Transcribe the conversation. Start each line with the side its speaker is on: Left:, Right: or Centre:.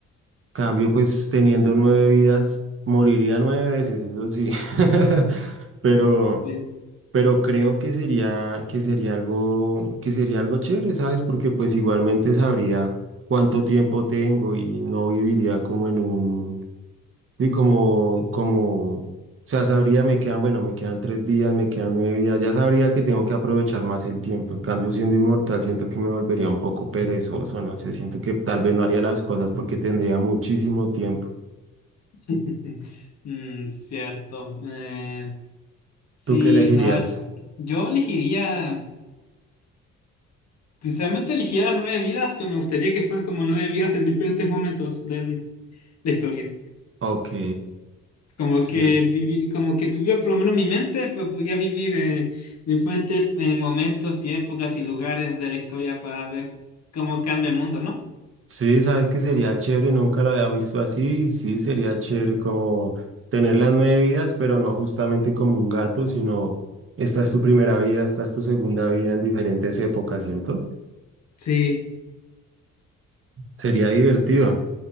Right: Cambio, pues teniendo nueve vidas, moriría nueve veces, eso sí. <laughs> Pero
Left: Eh,
Right: pero creo que sería, que sería algo, que sería algo chévere, ¿sabes? Porque pues igualmente sabría cuánto tiempo tengo y no viviría como en un, y como, como, o sea, sabría, me quedan, bueno, me quedan tres vidas, me quedan nueve vidas, ya sabría que tengo que aprovechar más el tiempo. En cambio, siendo inmortal, siento que me volvería un poco perezoso, no sé, siento que tal vez no haría las cosas porque tendría muchísimo tiempo.
Left: <laughs> mm, cierto. Eh, sí,
Right: ¿Tú qué elegirías?
Left: no. Yo elegiría, sinceramente elegiría nueve vidas, pero me gustaría que fueran como nueve vidas en diferentes momentos de la historia.
Right: Ok.
Left: Como
Right: sí.
Left: que vivir, como que tuviera por lo menos mi mente, pero podía vivir eh, diferentes eh, momentos y épocas y lugares de la historia para ver cómo cambia el mundo, ¿no?
Right: Sí, sabes que sería chévere, nunca lo había visto así, sí, sería chévere como tener las nueve vidas, pero no justamente como un gato, sino esta es tu primera vida, esta es tu segunda vida en diferentes épocas, ¿cierto?
Left: Sí,
Right: Sería divertido,